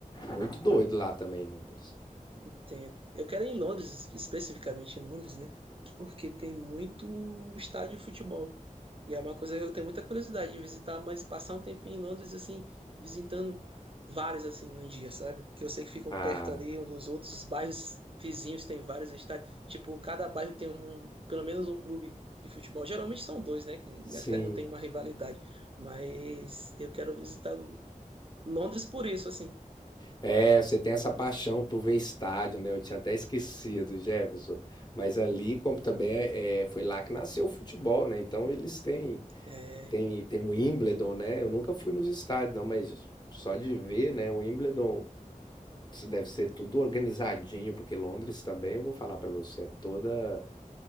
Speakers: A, on the left; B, on the right.
A: Muito doido lá também, Londres.
B: entendo. Eu quero ir em Londres, especificamente em Londres, né? Porque tem muito estádio de futebol. E é uma coisa que eu tenho muita curiosidade de visitar, mas passar um tempinho em Londres, assim, visitando vários, assim, num dia, sabe? Que eu sei que ficam
A: Ah,
B: perto ali um dos outros, os bairros vizinhos têm vários estádios. Tipo, cada bairro tem um, pelo menos um clube de futebol. Geralmente são dois, né? Que
A: sim.
B: até mantém uma rivalidade. Mas eu quero visitar. Londres por isso, assim.
A: É, você tem essa paixão por ver estádio, né? Eu tinha até esquecido, Jefferson. Mas ali, como também é, é, foi lá que nasceu o futebol, né? Então eles têm,
B: É,
A: têm, têm o Wimbledon, né? Eu nunca fui nos estádios, não, mas só de ver, né? O Wimbledon deve ser tudo organizadinho, porque Londres também, eu vou falar pra você, é toda